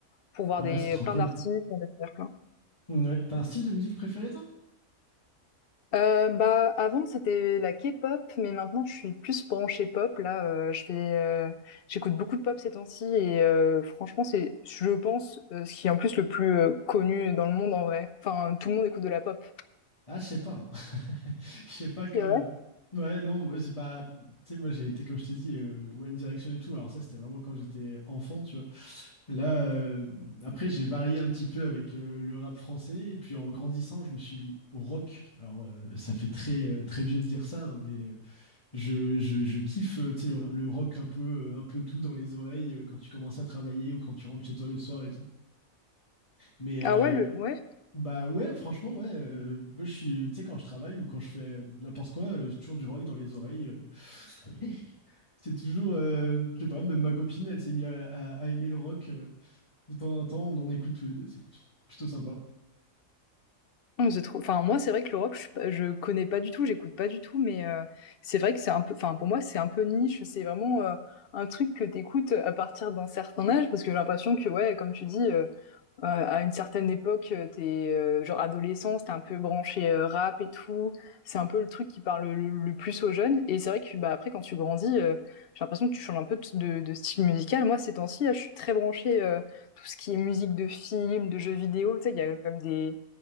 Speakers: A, on the left; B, on the left.
A: pour voir
B: Ouais,
A: des,
B: c'est trop
A: plein
B: cool.
A: d'artistes, pour découvrir plein
B: Mm, ouais. T'as un style de musique préféré, toi?
A: Euh, bah avant c'était la K-pop mais maintenant je suis plus branchée pop là euh, je fais euh, j'écoute beaucoup de pop ces temps-ci et euh, franchement c'est je pense euh, ce qui est en plus le plus euh, connu dans le monde en vrai enfin tout le monde écoute de la pop
B: Ah, je sais pas. <laughs> Je sais pas quand
A: C'est vrai?
B: même. Ouais, non, moi, c'est pas. Tu sais, moi, j'ai été, comme je t'ai dit, euh, One Direction et tout. Alors, ça, c'était vraiment quand j'étais enfant, tu vois. Là, euh, après, j'ai varié un petit peu avec euh, le rap français. Et puis, en grandissant, je me suis mis au rock. Alors, euh, ça fait très, euh, très vieux de dire ça, hein, mais euh, je, je, je kiffe, euh, tu sais, le, le rock un peu, euh, un peu doux dans les oreilles euh, quand tu commences à travailler ou quand tu rentres chez toi le soir et tout. Mais
A: ah
B: euh,
A: ouais le ouais
B: bah ouais, franchement, ouais. euh, moi, je suis, tu sais, quand je travaille ou quand je fais n'importe quoi, euh, j'ai toujours du rock dans les oreilles. euh. <laughs> C'est toujours, euh, je sais pas, même ma copine, elle s'est mise à, à- à aimer le rock. euh. de temps en temps, on en écoute tous les deux. C'est plutôt sympa.
A: Hum, je trouve enfin moi c'est vrai que le rock je, suis pas- je connais pas du tout j'écoute pas du tout mais euh, c'est vrai que c'est un peu enfin pour moi c'est un peu niche c'est vraiment euh, un truc que t'écoutes à partir d'un certain âge parce que j'ai l'impression que ouais comme tu dis euh, Euh, à une certaine époque, euh, t'es euh, genre adolescent, t'es un peu branché euh, rap et tout. C'est un peu le truc qui parle le, le plus aux jeunes. Et c'est vrai que bah après quand tu grandis, euh, j'ai l'impression que tu changes un peu de, de- de style musical. Moi ces temps-ci, là, je suis très branchée euh, tout ce qui est musique de film, de jeux vidéo. Tu sais, il y a comme des